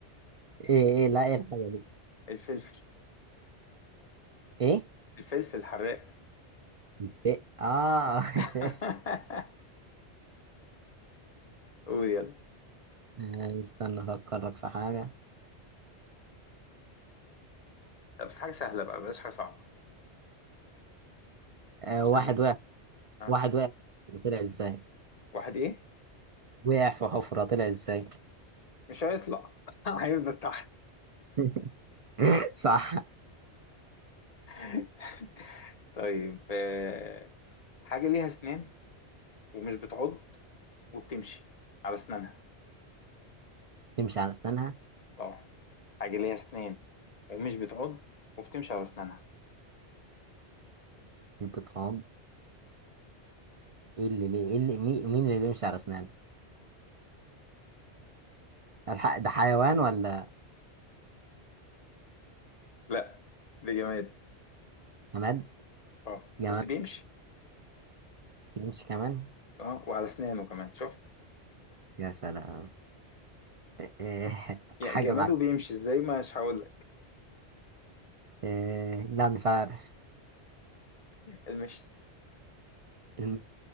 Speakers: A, on the right; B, on the left.
A: ايه ايه لا ايه الحاجة دي
B: الفلفل
A: ايه
B: الفلفل الحراق
A: الفئ اه <laughs>
B: <laughs>
A: شفت.
B: قول يلا
A: آه، استنى افكرك في حاجة
B: لا بس حاجة سهلة بقى بلاش حاجة صعبة
A: آه
B: عشان
A: واحد
B: انت
A: وقع
B: اه
A: واحد وقع طلع ازاي
B: واحد ايه
A: وقع في حفرة طلع ازاي
B: مش هيطلع <laughs> هيفضل تحت
A: <laughs> صح
B: <laughs> طيب آه، حاجة ليها أسنان ومش بتعض وبتمشي على أسنانها
A: تمشي على اسنانها
B: اه حاجة ليها أسنان ومش بتعض وبتمشي على أسنانها
A: يبقى طعام ايه اللي ليه ايه اللي مي- مين اللي بيمشي على اسنانه الحق ده حيوان ولا
B: لا ده جماد
A: جماد
B: اه
A: جماد
B: بس بيمشي
A: بيمشي كمان
B: اه وعلى أسنانه كمان شفت
A: يا سلام إيه إيه <laughs>
B: يا
A: حاجة
B: جماد
A: بعد
B: وبيمشي ازاي مش هقول لك
A: إيه لا مش عارف
B: المشي
A: الم-